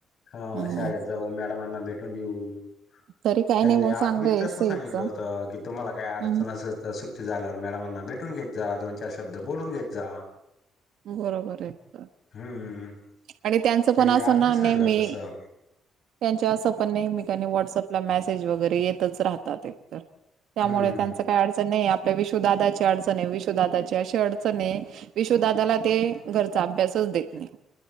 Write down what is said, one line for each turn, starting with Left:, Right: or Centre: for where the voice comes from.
Left: हा
Right: हम्म
Left: शाळेत जाऊ मॅडमांना भेटून येऊ.
Right: तरी काय
Left: त्यांनी
Right: नाही मग
Left: आज
Right: चांगलं
Left: मी
Right: आहे
Left: तसं
Right: सईचं
Left: सांगितलं होतं की तुम्हाला काय अडचण
Right: हम्म
Left: असेल तर सुट्टी झाल्यावर मॅडमांना भेटून घेत जा दोन चार शब्द बोलून घेत जा.
Right: बरोबर आहे तर
Left: हम्म
Right: आणि त्यांचं
Left: त्यांनी
Right: पण असं
Left: आज
Right: ना
Left: बी सांगितलं
Right: नेहमी
Left: तसं
Right: त्यांच्या असं पण नेहमिकांनी व्हॉट्सअपला मेसेज वगैरे येतच राहतात. त्यामुळे
Left: हम्म
Right: त्यांच का अडचण आहे आपल्या विशुदादाची अडचण आहे. विशुदादाची अशी अडचण आहे विशु दादाला ते घरचा अभ्यासच देत नाही.